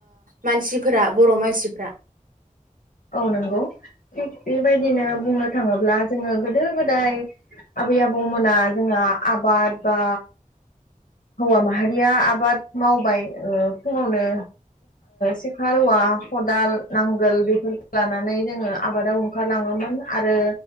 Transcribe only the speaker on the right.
मानसिफोरा बर' मानसिफोरा